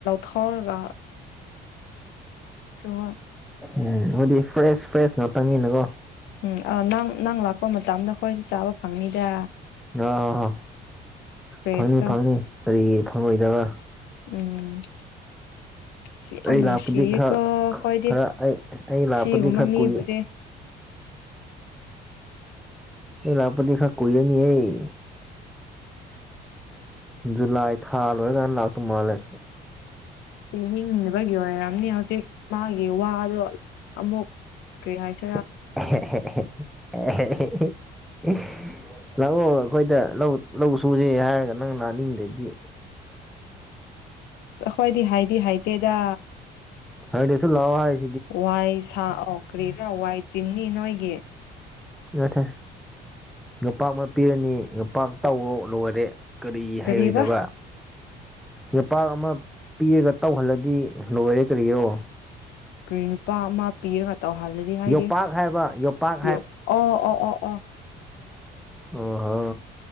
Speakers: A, on the left; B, in the centre.
A: ꯊꯧꯔꯒ ꯍꯣꯏ
B: ꯎꯝ ꯑꯗꯨꯗꯤ ꯐ꯭ꯔꯦꯁ ꯐ꯭ꯔꯦꯁꯅꯣ ꯇꯪꯉꯤꯅꯀꯣ
A: ꯎꯝ ꯑ ꯅꯪ ꯅꯪ ꯂꯥꯛꯄ ꯃꯇꯝꯗ ꯑꯩꯈꯣꯏꯁꯨ ꯆꯥꯕ ꯐꯪꯅꯤꯗ
B: ꯑ ꯍ ꯍ
A: ꯐ꯭ꯔꯦꯁꯇꯣ
B: ꯐꯪꯅꯤ ꯐꯪꯅꯤ ꯀꯔꯤ ꯐꯪꯉꯣꯏꯗꯕ
A: ꯎꯝ ꯁꯤ ꯌꯥꯝ
B: ꯑꯩ
A: ꯅꯨꯡꯁꯤꯌꯦꯀꯣ
B: ꯂꯥꯛꯄꯗꯤ ꯈꯔ
A: ꯑꯩꯈꯣꯏꯗꯤ
B: ꯈꯔ ꯑꯩ ꯑ ꯂꯥꯛꯄꯗꯤ
A: ꯁꯤꯒꯨꯝꯕ
B: ꯈꯔ
A: ꯃꯤꯕꯨꯁꯦ
B: ꯀꯨꯏ ꯑ ꯂꯄꯗ ꯈꯥ ꯀꯔꯅꯤ ꯑꯩ ꯖꯨꯂꯥꯏ ꯊꯥ ꯂꯣꯏꯔꯀꯥꯟꯗ ꯂꯥꯛꯇꯧ ꯃꯥꯜꯂꯦ
A: ꯄꯤꯅꯤꯡꯕꯒꯤ ꯑꯣꯏꯔꯝꯅꯤ ꯍꯧꯖꯤꯛ ꯃꯥꯒꯤ ꯋꯥꯗꯣ ꯑꯃꯨꯛ ꯀꯔꯤ ꯍꯥꯏꯁ
B: <unintelligible> ꯂꯥꯛꯑꯣ ꯑꯩꯈꯣꯏꯗ ꯂꯧ ꯁꯨꯁꯦ ꯍꯥꯏꯔꯒ ꯅꯪꯅ ꯑꯅꯤꯡꯗꯗꯤ
A: ꯈꯣꯏꯗꯤ ꯍꯥꯏꯗꯤ ꯍꯥꯏꯗꯦꯗ
B: ꯍꯗꯤꯁꯨ ꯂꯥꯎꯑꯣ ꯍꯥꯏ
A: ꯋꯥꯏ ꯁꯥ ꯀꯔꯤꯗꯔꯥ ꯋꯥꯏ ꯆꯤꯅꯤ ꯅꯣꯏꯒꯤ
B: ꯉ ꯉꯄꯥꯛ ꯑꯃ ꯄꯤꯔꯅꯤ ꯉꯄꯥꯛ ꯇꯧꯔꯣ ꯂꯣꯏꯔꯦ ꯀꯔꯤ
A: ꯀꯔꯤꯕ
B: ꯍꯥꯏꯔꯣꯏꯗꯕ ꯌꯥꯄꯥꯛ ꯑꯃ ꯄꯤꯔꯒ ꯇꯧꯍꯜꯂꯗꯤ ꯂꯣꯏꯔꯦ ꯀꯔꯤꯒꯤꯔꯣ
A: ꯀ ꯅꯨꯄꯥ ꯑꯃ ꯄꯤꯔ ꯉꯥꯛ ꯇꯧꯍꯜꯂꯗꯤ ꯍꯥꯏꯒꯦ
B: ꯌꯣꯄꯥꯛ ꯍꯥꯏꯕ ꯌꯣꯄꯥꯛ
A: ꯌ ꯑꯣ ꯑꯣ ꯑꯣ ꯑꯣ
B: ꯑꯣ ꯍꯣ